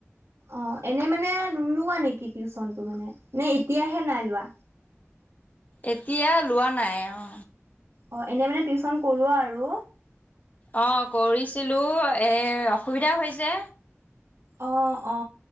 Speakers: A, on the right; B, on the left.
A: অঁ এনে মানে নোলোৱা নেকি টিউচন টো মানে? নে এতিয়াহে নাই লোৱা?
B: এতিয়া লোৱা নাই অ।
A: অ এনেই মানে টিউশচন কৰোৱা আৰু।
B: অ কৰিছিলোঁ এ অসুবিধা হয় যে।
A: অ অ